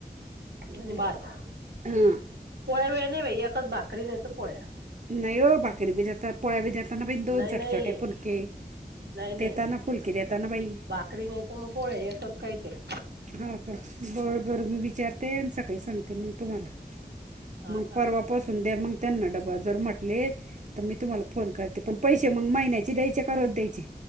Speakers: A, on the right; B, on the right.
A: आणि भात.
B: हा.
A: पोळ्या बिळ्या नाही बाई एकच भाकरी नाही तर, पोळ्या.
B: नाही ओ, भाकरी बी देता, पोळ्या बी देता दोन
A: नाही
B: छोटे
A: नाही
B: छोटे फुलके.
A: नाही नाही,
B: देताना फुलकी देताना बाई
A: भाकरी नाही तर मग पोळे एकच काही तरी.
B: हा का, बरं बरं मी विचारते आणि सकाळी सांगते मग, तुम्हाला.
A: हा
B: मग
A: सांगा
B: परवा पासून द्या, मग त्यांना डबा जर म्हटले तर मी तुम्हाला फोन करते. ते, पण पैसे मग महिन्याचे द्यायचे का रोज द्यायचे?